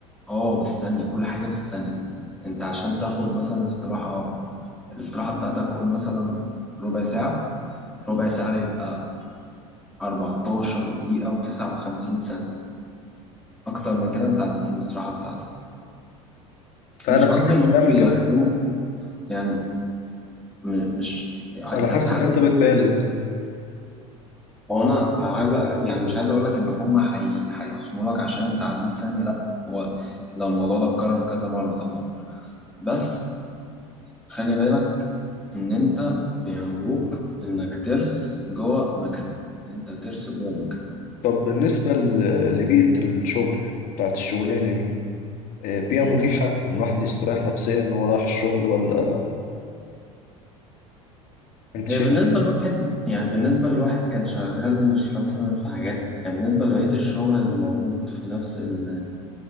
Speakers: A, in the centre; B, on the left.
A: اه بالثانية كل حاجة بالثانية انت عشان تاخد مثلا استراحة الاستراحة بتاعتك قول مثلا ربع ساعة ربع ساعة يبقى 14 دقيقة و59 ثانية أكتر من كده أنت عديت الاستراحة بتاعتك
B: فعلا
A: مش
B: في
A: قصدي
B: ناس
A: ان هم
B: بتعمل
A: بيرخموا
B: كده
A: يعني م- مش انت
B: انا حاسس
A: بتحاسب
B: ان انت بتبالغ
A: هو انا عايز أ- يعني مش عايز اقول لك ان هم هي... هيخصموا لك عشان انت عديت ثانيه لا هو لو الموضوع ده اتكرر كذا مره طبعا بس خلي بالك ان انت بيعملوك انك ترس جوه مكنه انت ترس جوه مكنه
B: طب بالنسبه ل- لبيئه الشغل بتاعت الشغلانه دي آه، بيئة مريحة إن الواحد يستريح نفسيا إن هو رايح الشغل ولا أنت شايف؟
A: هي بالنسبه لواحد يعني بالنسبه لواحد كان شغال مثلا في حاجات يعني بالنسبه لبقيه الشغل اللي موجود في نفس ال